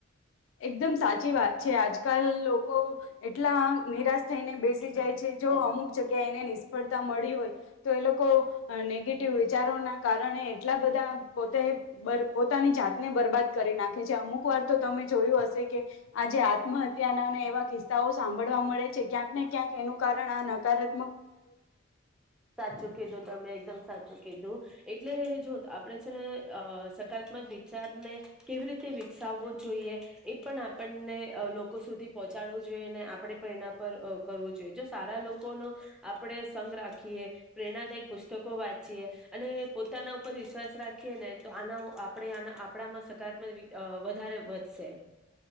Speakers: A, on the left (about 75°); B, in the centre.
A: એકદમ સાચી વાત છે, આજકાલ લો કો એટલા નિરાશ થઈને, બેસી
B: હા
A: જાય છે. જો
B: એસ
A: અમુક જગ્યા, એને સફળતા મળી હોય, તો એ લોકો નેગેટિવ વિચારોના, કારણે એટલા બધા પોતે પોતાની, જાતને બરબાદ કરી નાખે છે. અમુક વાર તો તમે જોયું હશે, કે આજે આત્મહત્યા ના એવા કિસ્સાઓ સાંભળવા મળે છે, ક્યાંક ને ક્યાંક, એનું કારણ આ નકાર
B: સાચુ કીધું તમે, એકદમ સાચું કીધું. એટલે જો આપણે છેને અ સકારાત્મક વિચારને કેવી રીતે વિકસાવવો જોઈએ, એ પણ આપણને લોકો સુધી પહોંચાડવું જોઈએ, અને આપણે પણ એના પર કરવું જોઈએ, જો સારા લોકોનો આપણે સઘ રાખીએ, પ્રેરણાદાયક પુસ્તકો વાંચીએ, અને પોતાના ઉપર વિશ્વાસ રાખીએ ને, તો આના આપણે આપણામા સકારાત્મક, વધારે વધશે.